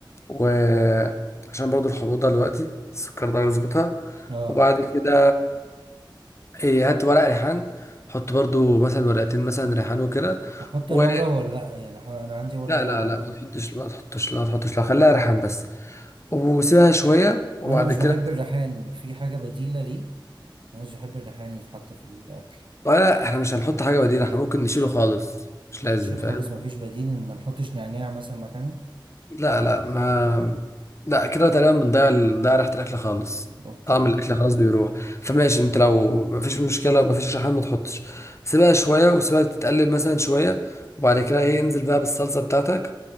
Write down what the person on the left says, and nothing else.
وعشان برضو الحموضه دلوقتي السكر ده يظبطها
وبعد كده إيه هات ورق ريحان حط برضو مثلا ورقتين مثلا ريحان وكده
و
لا
لا لا ما تحطش ما تحطش لا ما تحطش لا خليها ريحان بس وسيبها شويه وبعد
كده
ولا احنا مش هنحط حاجة بديلة احنا ممكن نشيله خالص مش
لازم
فاهم
لا لا ما لا كده تقريبا بنضيع بنضيع ريحة الأكل خالص
طعم الأكل خلاص بيروح فماشي انت لو مفيش مشكلة مفيش ريحان ما تحطش سيبها شوية وسيبها تتقلب مثلا شوية وبعد كده ايه انزل بقى بالصلصة بتاعتك